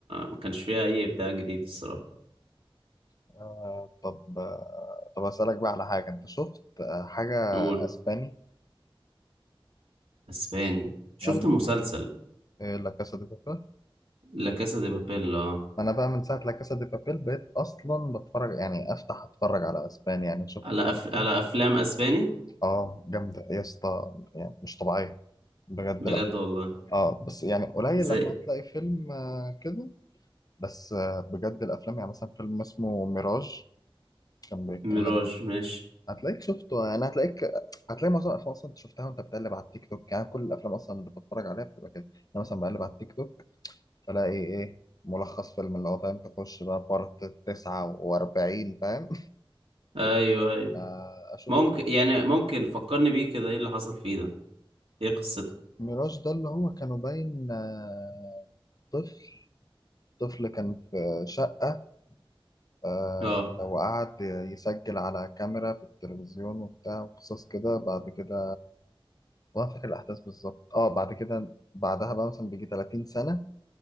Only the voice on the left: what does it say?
آه طب آه طب أسألك بقى على حاجة أنت شفت آه حاجة
أسباني
عن
آه، لا كاسا دي بابيل
ما أنا بقى من ساعة لا كاسا دي بابيل بقيت أصلا بتفرج يعني أفتح أتفرج على أسباني يعني شفت
كام
فيلم
آه جامدة يا اسطى يعني مش طبيعية بجد
لا
آه بس يعني قليل
لما هتلاقي فيلم آه كده بس آه بجد الأفلام يعني مثلا فيلم اسمه ميراج كان بيتكلم
هتلاقيك شفته يعني هتلاقيك هتلاقي معظم الافلام اصلا انت شفتها وانت بتقلب على التيك توك يعني كل الافلام اصلا اللي بتفرج عليها بتبقى كده انا مثلا بقلب على التيك توك فلاقي ايه ملخص فيلم اللي هو فاهم تخش بقى بارت 49 فاهم
<laughs> آه، اشوف
ميراج ده اللي هو كانوا باين آه، طفل طفل كان في شقة آه،
وقعد يسجل على كاميرا في التلفزيون وبتاع وقصص كده بعد كده وانا فاكر الاحداث بالظبط اه بعد كده بعدها بقى مثلا بيجي 30 سنة